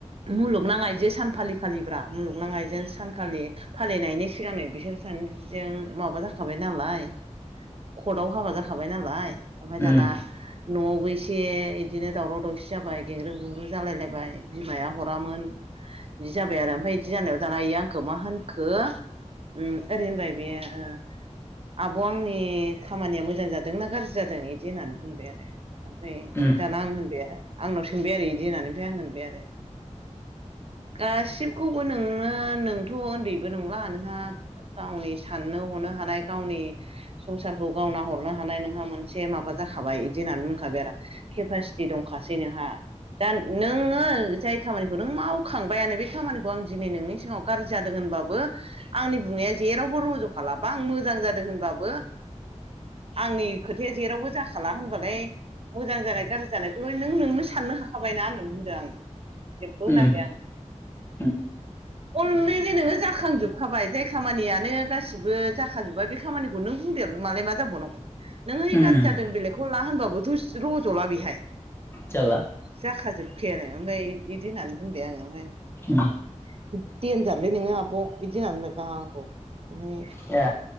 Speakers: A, on the right (about 50°); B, on the left (about 20°).
A: मुलुगनां आइजो सान फालिखालिब्रा मुलुगनाां आइजो सानखालि फालिनायनि सिगां बिसोर जों माबा जाखाबाय नालाय कर्टआव हाबा जाखाबाय नालाय ओमफ्राय
B: उम
A: दाना न'आवबो इसे बिदिनो दावराव दावसि जाबाय गेंग्रो गुग्रु जालायलायबाय बिमाया हरामोन बिदि जाबाय आरो ओमफ्राय बिदि जानायाव इयो आंखौ मा होनखो- उ ओरै होनबाय बेयो ओ आब' आंनि खामानिया मोजां जादोंनाा गाज्रि जादों बिदि होननानै बुंबाय आरो। ओमफ्राय
B: उम
A: दाना आं होनबाय आंनाव सोंबाय आरो बिदि होननानै ओमफ्राय आं होनबाय आरो- गासिबखौबो नोंनो नोंथ' उन्दैबो नंला नोंहा गावनि साननो हनो हानाय गावनि संसारखौ गाव नाहरनो हानाय हानाय नोंहा मोनसे माबा जाखाबाय बिदि होननानै बुंखाबाय आरो केपासिटि दंखासै नोंहा दा नोङो जाय खामानिखौ नों मावखांबायानो बे खामानिखौ आं दिनै नोंनि सिगाङाव गाज्रि जादों होन होनबाबो आंनि बुंनाया जेरावबो रज' खालाबा आं मोजां जादों होनबाबो आंनि खोथाया जेरावबो जाखाला होनबालाय मोजां जानाय गाज्रि जानायखौल' नों नोंनो साननो हाखाबायना होननानै बुंदों आं जेबो होनाखै
B: उम
A: आं
B: उम
A: अलरेडि नोङो जाखांजोबखाबाय जाय खामानियानो गासिबो जाखाजोब्बाय बे खामानिखौ नों बुंदेर मालाय मा जाबावनांगौ नोङ ओ
B: उम
A: गार्जि जादों बेलेगखौ ला होनबाबोथ' रज'ला बेहाय
B: जाल्ला
A: जाखाजोबखायानो ओमफ्राय बिदि होननानै बुंबाय आङो ओमफ्राय
B: उम
A: देनजारलै नोङो आब होनबाय गावहा आंखौ आरो
B: ए